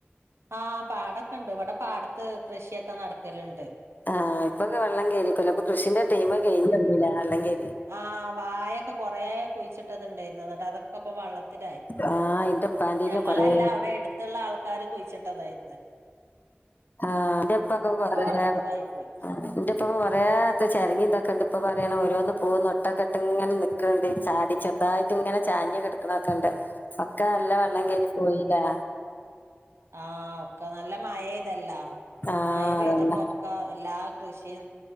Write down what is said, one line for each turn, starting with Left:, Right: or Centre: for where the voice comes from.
Right: ആഹ് പാടൊക്കെണ്ട്. ഇവിടെ പാടത്ത് കൃഷിയൊക്കെ നടക്കല്ണ്ട്.
Left: ആഹ് ഇപ്പൊക്കെ വെള്ളം കേറീക്കല്ലോ അപ്പ കൃഷിന്റെ ടൈം കൈഞ്ഞൊട്ങിലെ വെള്ളം കേ
Right: ആ വായൊക്കെ കൊറേ കുയ്ച്ചിട്ടത്ണ്ടായിരുന്നു. ന്നിട്ട് അതൊക്കെ ഇപ്പ വള്ളത്തിലായി.
Left: ആഹ് ഇന്റെപ്പാന്റെല്
Right: ഞങ്ങളല്ല
Left: കൊറേ
Right: അവിടെ എടുത്തുള്ള ആൾക്കാര് കുഴിച്ചി തായിരുന്ന്.
Left: ആ ന്റെപ്പൊക്കെ കൊറേ
Right: വെള്ളത്തിലായി പോയി
Left: ആ ന്റെപ്പൊക്കെ കൊറേ ചരങ്ങിന്തൊക്കെണ്ട് ഇപ്പൊ പറയണം ഓരോന്ന് പൂവ് നോട്ടേക്കെട്ട് ഇങ്ങനെ നൽക്ക്ണ് ണ്ട് ചാടി ചെറുതായിട്ട് ഇങ്ങനെ ചാഞ്ഞ് കിടക്കണൊക്കെണ്ട്.
Right: <inaudible>
Left: ക്ക നല്ല വെള്ളം കേറി പോയീലേ.
Right: ആ ഒക്കെ നല്ല മഴെയ്തല്ലാ.
Left: ആഹ്
Right: മഴ പെയ്തപ്പൊക്കെ
Left: അതന്നെ
Right: എല്ലാ കൃഷിയും